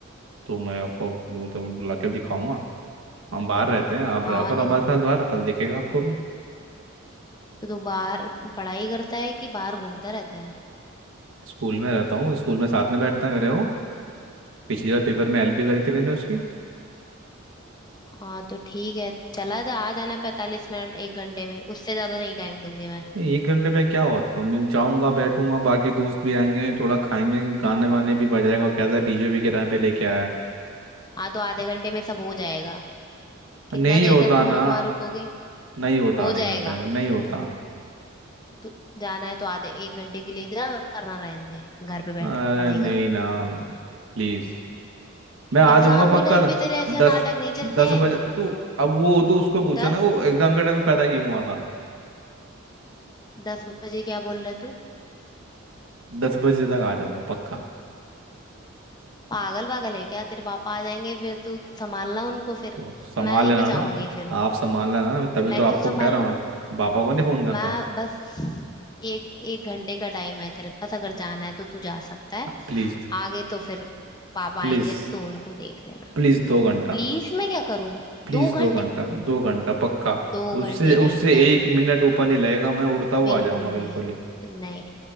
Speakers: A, on the right; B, on the left.
A: तो मैं आपको मतलब बुला के दिखाऊंगा हम बाहर रहते हैं आप
B: हाँ
A: रहा करो
B: नहीं
A: हमारे
B: तो
A: साथ बाहर पता दिखेगा आपको भी
B: तो तू बाहर पढ़ाई करता है कि बाहर घूमता रहता है
A: स्कूल में रहता हूँ स्कूल में साथ में बैठता है मेरे वो पिछली बार पेपर में हेल्प भी करी थी मैंने उसकी
B: हाँ तो ठीक है चला जा आ जाना पैंतालीस मिनट एक घंटे में उससे ज्यादा नहीं टाइम दूंगी मैं
A: एक घंटे में क्या होता है मैं जाऊंगा बैठूंगा बाकी दोस्त भी आएंगे थोड़ा खाएंगे गाने वाने भी बजाएगा क्या था डीजे भी किराए पे लेके आया है
B: हाँ तो आधे घंटे में सब हो जाएगा कितना
A: नहीं
B: देर
A: होता
B: तक तुम
A: ना
B: लोग वहां रुकोगे
A: नहीं होता
B: हो
A: आधे
B: जाएगा
A: घंटे में नहीं होता
B: तो जाना है तो आधे एक घंटे के लिए जा वरना रहने दे घर पे
A: अरे
B: बैठ पढ़ाई
A: नहीं
B: कर
A: ना प्लीज मैं आ
B: एग्जाम
A: जाऊंगा पक्का
B: के टाइम पे तेरे ऐसे
A: दस
B: नाटक नहीं चलते
A: दस
B: हैं
A: बजे तो अब वो तो उसको पूछो
B: दस
A: ना वो एग्जाम के टाइम में पैदा क्यों हुआ था
B: दस बजे क्या बोल रहे तू
A: दस बजे तक आ जाऊंगा पक्का
B: पागल पागल है क्या तेरे पापा आ जाएंगे फिर तू संभालना उनको फिर
A: तो आप संभाल
B: मैं नहीं
A: लेना
B: बचाऊंगी
A: ना आप
B: फिर
A: आप संभाल लेना तभी
B: मैं
A: तो आपको
B: क्यों संभालू
A: कह रहा हूँ पापा को नहीं फोन करता
B: मैं बस एक एक घंटे का टाइम है तेरे पास अगर जाना है तो तू जा सकता है
A: प्लीज
B: आगे तो फिर पापा
A: प्लीज
B: आएंगे तो तू उनको देख लेना
A: प्लीज दो घंटा
B: प्लीज मैं क्या करूं
A: प्लीज
B: दो घंटे
A: दो घंटा दो घंटा पक्का
B: दो
A: उससे
B: घंटे
A: उससे
B: नहीं नहीं
A: एक मिनट ऊपर नहीं लगेगा मैं उड़ता हुआ
B: बिल्कुल
A: आ जाऊंगा बिल्कुल
B: नहीं
A: ही
B: नहीं